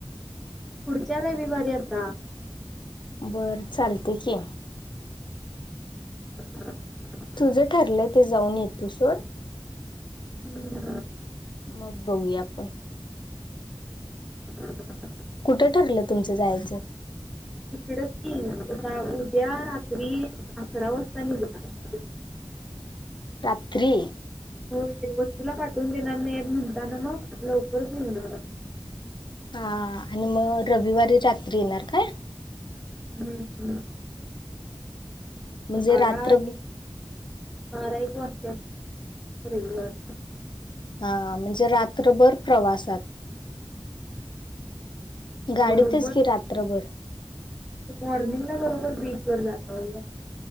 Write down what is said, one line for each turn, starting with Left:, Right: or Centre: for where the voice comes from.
Centre: पुढच्या रविवारी आता.
Left: बरं चालतय की.
Centre: <unintelligible>
Left: तुझं ठरलंय ते जाऊन ये तू सोड.
Centre: हम्.
Left: मग बघूया आपण.
Centre: <unintelligible>
Left: कुठं ठरलं तुमचं जायचं?
Centre: तिकडच की, उद्या रात्री अकरा वाजता निघणार.
Left: रात्री?
Centre: हो. वस्तीला पाठवून देणार नाही म्हणताना मग, लवकरच निघणार.
Left: हा, हा. आणि मग रविवारी रात्री येणार काय?
Centre: हम्,
Left: म्हणजे
Centre: बारात
Left: रात्र
Centre: बारा एक वाजत्यात, रविवारी.
Left: हा हा, म्हणजे रात्रभर प्रवासात. गाडीतच
Centre: बरोबर
Left: की रात्रभर.
Centre: मॉर्निंगला बरोबर बीच वर जातोय.